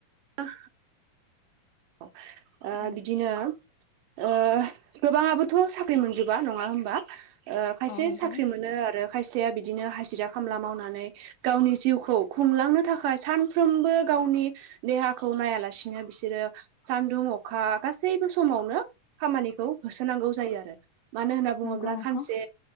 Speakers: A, on the right (about 80°); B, on the left (about 80°).
A: <unintelligible> ओ
B: औ
A: बिदिनो ओ गोबाङाबोथ' साख्रि मोनजोबा नङा होमबा? ओ खायसे
B: औ नंगौ
A: साख्रि मोनो आरो खायसेया बिदिनो हाजिरा खामला मावनानै गावनि जिउखौ खुंलांनो थाखाय सानफ्रोमबो गावनि देहाखौ नायालासिनो बिसोरो सानदुं अखा गासैबो समावनो खामानिखौ होसोनांगौ जायो आरो। मानो होनना बुङोब्ला
B: नंगौ नोंथां
A: खानसे